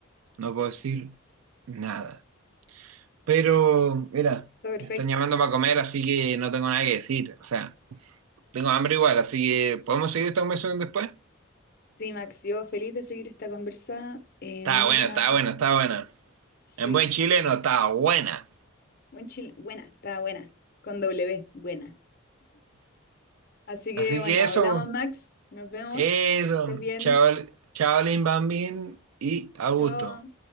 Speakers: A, on the right; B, on the left.
A: No puedo decir nada. Pero, mira,
B: Está perfecto.
A: me están llamando para comer, así que no tengo nada que decir. O sea, tengo hambre igual, así que ¿podemos seguir esta conversación después?
B: Sí, Max, yo feliz de seguir esta conversa. eh,
A: Está
B: muy
A: buena,
B: buena.
A: está buena, está buena.
B: Sí,
A: En buen chileno, está buena.
B: buen chile. Buena, está buena. Con W, buena. Así
A: Así
B: que bueno,
A: que
B: hablamos,
A: eso,
B: Max. Nos vemos.
A: eso.
B: Que Estés bien.
A: Chaval, chavalín, bambín y a gusto.
B: Chao.